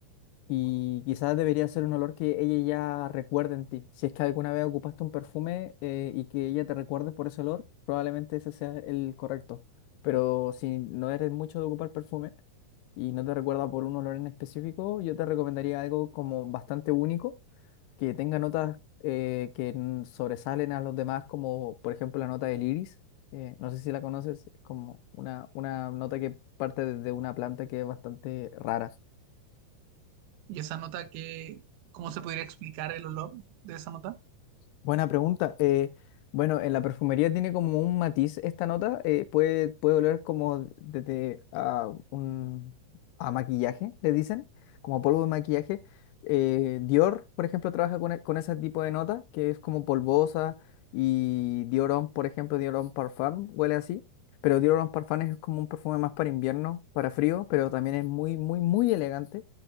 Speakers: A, on the left; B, on the right.
A: Y quizás debería ser un olor que ella ya recuerde en ti. Si es que alguna vez ocupaste un perfume eh, y que ella te recuerde por ese olor, probablemente ese sea el correcto. Pero si no eres mucho de ocupar perfume y no te recuerda por un olor en específico, yo te recomendaría algo como bastante único, que tenga notas eh, que n- sobresalen a los demás, como por ejemplo la nota del iris. eh, no sé si la conoces, como una, una nota que parte de de una planta que es bastante rara.
B: Y esa nota, que, ¿cómo se podría explicar el olor de esa nota?
A: Buena pregunta. Eh, bueno, en la perfumería tiene como un matiz esta nota. eh, puede, puede oler como desde a, un, a maquillaje, le dicen, como polvo de maquillaje. Eh, Dior, por ejemplo, trabaja con, e- con ese tipo de nota, que es como polvosa. Y Dior Homme, por ejemplo, Dior Homme Parfum, huele así. Pero Dior Homme Parfum es como un perfume más para invierno, para frío, pero también es muy, muy, muy elegante.